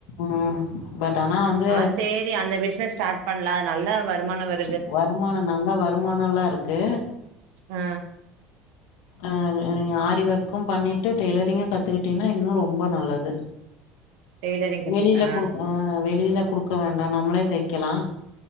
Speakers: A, on the left; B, on the right.
A: ம் பட் ஆனா வந்து
B: ஆ சேரி அந்த பிசினஸ் ஸ்டார்ட் பண்ணல அது நல்லா வருமான வர்
A: வருமானம் நல்ல வருமானலோ இருக்கு
B: ஆ
A: ஆ ஆரி ஒர்க்கும் பண்ணிட்டு டெய்லரிங்கு கத்துக்கிடீன்னா இன்னு ரொம்ப நல்லது
B: டெய்லரிங் கத்துக்கிட்ட
A: வெளில குடுக் ஆ வெளில குடுக்க வேண்டா நம்மளே தைக்கலா